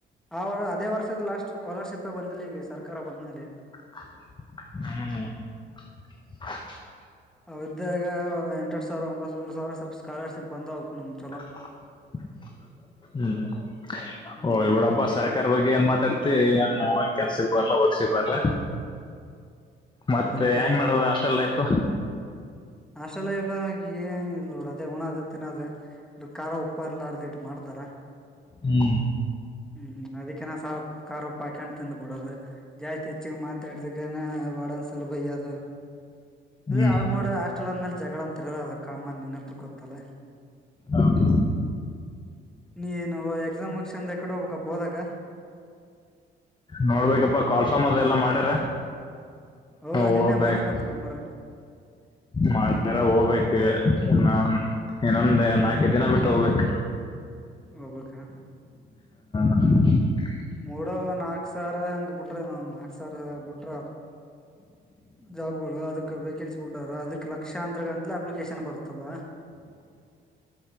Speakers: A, in the centre; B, on the left.
A: ಆ ಅದೇ ವರ್ಷದ ಲಾಸ್ಟ್ ಸ್ಕಾಲರ್ಶಿಪ್ ಬಂದಿಲ್ಲ ಈಗ ಸರ್. ಕರಾ ಬನ್ನಾಲಿ.
B: <inaudible> ಉಮ್.
A: ಅವಿದ್ದಾಗ ಎಂಟುವರೆ ಸಾವಿರ ಒಂಬತ್ತು ಒಂದು ಸಾವಿರ ಸಪ. ಸ್ಕಾಲರ್ಶಿಪ್ ಬಂದವಪ್ಪ ನಮಗೆ.
B: <inaudible> ಹ್ಮ್
A: ಹ್ಮ್
B: ಹೋಗಲಿಬಿಡಪ್ಪ
A: ಅದು
B: ಸರ್ಕಾರ ಬಗ್ಗೆ ಏನ್ ಮಾತಾಡುತ್ತಿ. ಕೆಲಸಕ್ಕೆ ಬರೋಲ್ಲ ವರುಷಕ್ ಬರೋಲ್ಲ. ಮತ್ತೆ
A: ಅದನ್ನ ಕರಿ
B: ಹೆಂಗ್
A: ಆಗ್ಬಿಡು
B: ಮಾಡಡದ ಹಾಸ್ಟೆಲ್ ಲೈಫ್.
A: ಹಾಸ್ಟೆಲ್ ಲೈಫ ಏನ್ ಇಲ್ ನೋ ಅದೇ ಉಣ್ಣೋದು ತಿನ್ನೋದ ಖಾರ ಉಪ್ಪ ಇರುಲಾರದು. ಮಾಡುತ್ತಾರ.
B: ಹ್ಮ್
A: ಹ್ಮ್ ಅದಕ್ಕೆನ ಸಾಬ್ ಕಾರು. ಪಾಕಂಡ್ ತಿಂದು ಬಿಡೋದು. ಜಾಸ್ತಿ ಹೆಚ್ಚಗೆ ಮಾತಾಡ್ದಾಗನ ವಾಡನ್ ಸರ್ ಬಯ್ಯದರು.
B: ಹ್ಮ್
A: ಆಳಮೋಡ ಆ ಮಕ್ಳ್ ಅಂದ ಮೇಲೆ ಜಗಳ ಅಂತ ಇರೋ ಅದ ಕಮ್ಮ ನಿಂಗಂತತ್ರ ಗೊತ್ತಲ್ಲ
B: ಹೌದು
A: ನೀಏನುವು ಎಕ್ಸಾಮ್ ಮುಕ್ಷಂದ ಎಕಡೋ ಒ ಪೋದಕ
B: ನೋಡ್ಬೇಕಪ್ಪಾ ಕಾಲ್ಫಾರಾಮ್ ಅದ ಎಲ್ಲ ಮಾಡ್ಯಾರ
A: ಹೌದಾ
B: ನಾ ಹೋಗ್ಬೇಕ್
A: ನಿನ್ನೆ ಮಾಡಿರಂತಲ ಮರ
B: ಮಾದೆರಾ ಹೋಗ್ಬೇಕು ನನ್ ಇನ್ನೊಂದೇ ನಾಲ್ಕು ದಿನ ಬಿಟ್ಟು ಹೋಗ್ಬೇಕು
A: ಹೋಗ್ಬೇಕಾ
B: ಹ <inaudible>
A: ಮೂಡೋ ನಾಕು ಅಕ್ಸಾರ ಹೆಂಗ ಬಿಟ್ರ ಏನ ಅಕ್ಸಾರ್ ಬಿಟ್ರ ಜಾಬ್ ಗಳು ಅದಕ್ ವೇಕೆನ್ಸಿ ಬಿಟ್ಟಾರ ಅದಕ್ ಲಕ್ಷಾಂತರಂತಲ ಅಪ್ಲಿಕೇಶನ್ ಬರ್ತವೆ